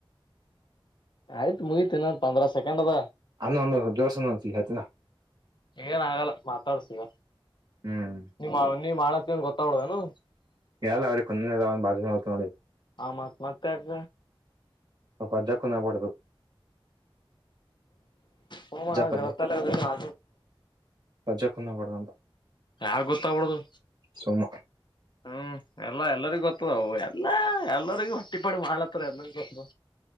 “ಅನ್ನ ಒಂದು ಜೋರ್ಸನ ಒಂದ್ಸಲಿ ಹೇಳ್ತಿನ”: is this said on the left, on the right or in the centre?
Right